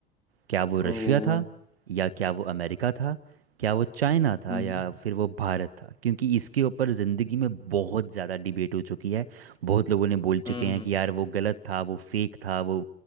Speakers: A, on the right; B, on the left.
A: क्या वो रशिया
B: ओ
A: था या क्या वो अमेरिका था क्या वो चाइना था
B: हम्म
A: या फिर वो भारत था क्योंकि इसके ऊपर ज़िंदगी में बहुत ज़्यादा डिबेट हो चुकी है बहुत लोगों ने बोल
B: हम्म
A: चुके हैं कि यार वो गलत था वो फेक था वो